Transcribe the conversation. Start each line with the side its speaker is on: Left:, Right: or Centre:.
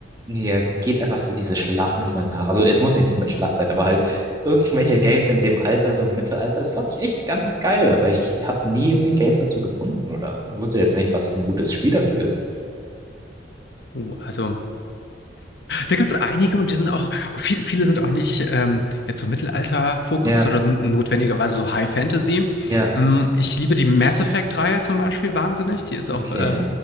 Right: ja, geht einfach so diese Schlacht nochmal nach. Also es muss ja nicht unbedingt Schlacht sein, aber halt irgendwelche Games in dem Alter, so im Mittelalter, ist, glaube ich, echt ganz geil. Aber ich habe nie irgendwie Games dazu gefunden oder wusste jetzt nicht, was ein gutes Spiel dafür ist.
Left: Uh, also Da gibt es einige und die sind auch, viel, viele sind auch nicht ähm, jetzt so Mittelalter-Fokus
Right: Ja,
Left: oder n- notwendigerweise so High Fantasy.
Right: ja,
Left: Mm, Ich liebe die Mass Effect-Reihe zum Beispiel wahnsinnig. Die ist auch
Right: okay,
Left: äh,